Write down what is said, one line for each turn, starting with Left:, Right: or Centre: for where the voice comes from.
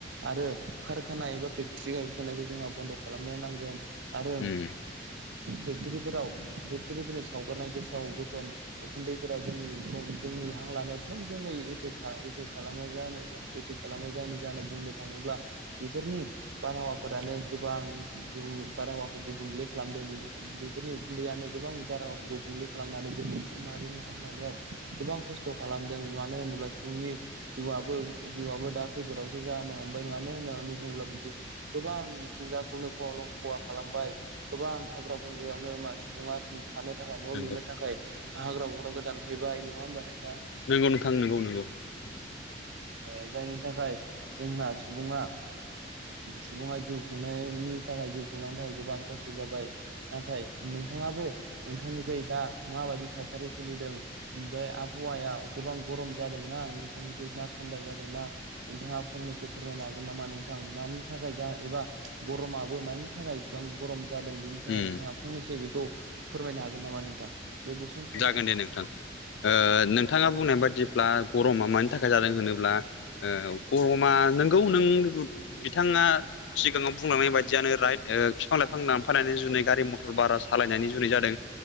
Right: आरो खारखाना एबा फेक्टरी गायसन नायखौ जोहा बन्द' खालामनो नांगोन आरो
Left: उम
Right: फेक्टरिफोराव फेक्ट'रिफोरनि सावगारनाय गेसाव गोफोन उखुन्दैफोरा जोंनि जोंनि हां लानायाव थोंजोङै एफेख खालामो जायनि जाहोनाव बुंनो थाङोब्ला बेफोरनि बार फोरानो गोबां बारहावाखौ गुबुंले खालामदों बेफोरनि उखुन्दैयानो गोबां बारहावाखौ गुबुंले खालामनानै जोंनि सुबुं माहारिनि हां लानायाव गोबां खस्थ' खालामदों मानो होनोब्ला सुबुंनि जिउआबो जिउआबो दा खैफोदावसो जानो हमबाय मानो होननानै बुङोब्ला गोबां मिथिंगाखौनो खहा खालामबाय गोबां हाग्रा बंग्रायावनो सुबुङा थानो थाखाय न'
Left: नंगौ
Right: लुनो थाखाय हाग्रा बंग्राखौ दानफायबाय नङा होमबा नोंथां
Left: नंगौ नोंथां नंगौ नंगौ
Right: ओ जायनि थाखाय जोंना सुबुङा सुबुङा जिउ खुंनायनि थाखाय जिउ खुंलांनो थाखाय गोबां खस्थ' जाबाय नाथाय नों नोंथाङाबो नोंथांनिखै दा माबायदि थासारि सोलिदों बे आबहावायाव गोबां गरम जादोंना नोंथांनि ना थान्दा जादोंना नोंथाङा फंनैसो फोरमायनो हागोन नामा नों थां मानि थाखाय जा एबा गरमाबो मानि थाखाय इसेबां गरम जादों बेनि थाखाय
Left: उम
Right: नोंथाङा फंनैसो बेखौ फोरमायनो हागोन नामा नोंथां? बे गुसुं समाव
Left: जागोन दे नोंथां ओ नोंथाङा
Right: औ
Left: बुंनाय
Right: नोंथां
Left: बायदिब्ला गरमा मानि थाखाय जादों होनोब्ला ओ गरमा नोंगौ नों बिथाङा सिगाङाव बुंलांनाय बायदियानो राइट बिफां लाइफां दानफायनायनि जुनै गारि मथर बारा सालायनायनि जुनै जादों